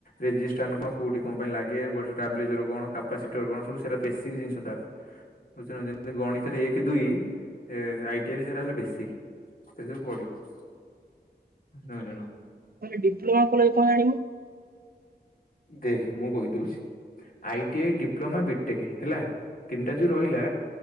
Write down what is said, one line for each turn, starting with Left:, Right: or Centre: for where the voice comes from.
Left: ରେଜିଷ୍ଟ୍ରାନ କଁ କୋଉଠି କଁ ପାଇଁ ଲାଗେ ବସ୍ ଷ୍ଟାବ୍ଲେଜର କଣ? କାପାସିଟର କଣ ସବୁ ସେରା ବେସିକ ଜିନିଷ ତାର। ବୁଝୁଚନା ଯେମତି, ଗଣିତରେ ଏକ ଦୁଇ-ଇ ଏ ଆଇ ଟି ଆଇ ରେ ସେରା ହେଲା ବେସି। ସେରା ସବୁ ପଡିବ ଜାଣୁଚନା।
Right: କଇଲେ ଡିପ୍ଲୋମା କଲେ କଣ ଆଣିବୁ?
Left: ଦେଖେ ମୁଁ କହିଦଉଛି। I T I, diploma, BTech ହେଲା ତିନିଟା ଯୋଉ ରହିଲା